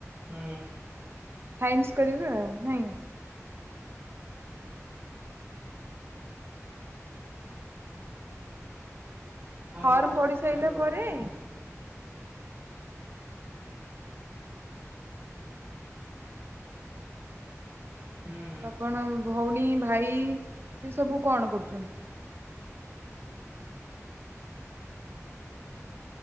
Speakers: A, on the right; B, on the right.
A: ହୁଁ।
B: ସାଇନ୍ସ କରିବେ ଆଉ ନାଇଁ? ଫର୍ମ
A: ପକେଇ
B: ପଡ଼ିସାରିଲା
A: ଆସିବ
B: ପରେ
A: ହ ହୁଁ।
B: ଆଉ ଆପଣ ଭଉଣୀ ଭାଇ ସେ ସବୁ କଣ କରୁଛନ୍ତି?